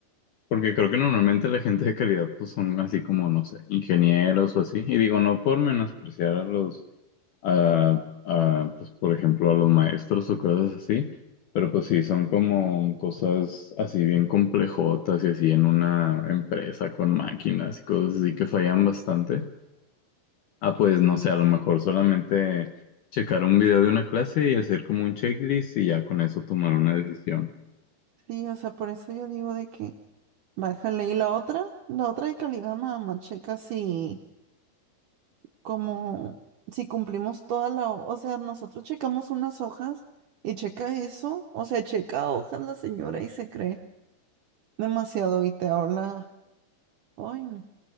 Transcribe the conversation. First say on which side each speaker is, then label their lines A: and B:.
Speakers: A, on the left; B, on the right.
A: porque creo que normalmente la gente de calidad pues son así como, no sé, ingenieros o así, y digo, no por menospreciar a los a, a, pues, por ejemplo, a los maestros o cosas así, pero pues sí, son como cosas así bien complejotas y así en una empresa con máquinas y cosas así que fallan bastante. Ah, pues no sé, a lo mejor solamente checar un video de una clase y hacer como un checklist y ya con eso tomar una decisión.
B: Sí, o sea, por eso yo digo de que bájale. Y la otra, la otra de calidad, nada más checa si. como si cumplimos toda la, ho- o sea, nosotros checamos unas hojas y checa eso, o sea, checa hojas la señora y se cree demasiado y te habla, ay no,